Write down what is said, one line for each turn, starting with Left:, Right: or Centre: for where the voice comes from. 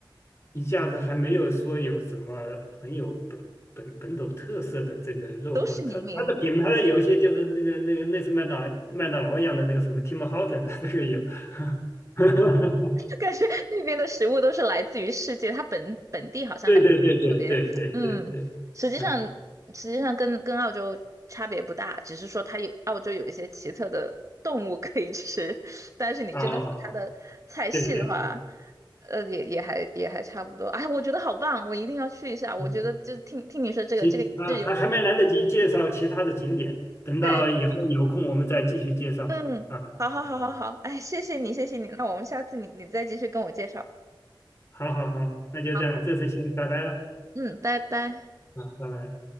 Left: 一下子还没有说有什么很有本本本土特色的这个肉，
Right: 都是移民，
Left: 或者它它的品牌有一些就是那个那个类似麦当麦当劳一样的那个什么 Tim Horton，它这个有。<laughs>
Right: <laughs> 感觉那边的食物都是来自于世界，它本本地好像还特别，
Left: 对对对对对对对对，
Right: 嗯，实际上
Left: 嗯
Right: 实际上跟跟澳洲差别不大，只是说它有澳洲有一些奇特的动物可以吃，<laughs> 但是你真的说它的菜系的话，
Left: 啊啊，啊对对对。
Right: 呃，也也还也还差不多。哎，我觉得好棒，我一定要去一下。我觉得就听听你说这个这个这有点
Left: 嗯行啊，还还没来得及介绍其他的景点，等到以后有空我们再继续介绍。
Right: 太，嗯，
Left: 啊、
Right: 好好好好好，
Left: 呃，
Right: 哎，谢谢你谢谢你，那我们下次你你再继续跟我介绍。
Left: 好好好，那就这样，
Right: 好，
Left: 这次先拜拜了，
Right: 嗯，拜拜。
Left: 啊，拜拜。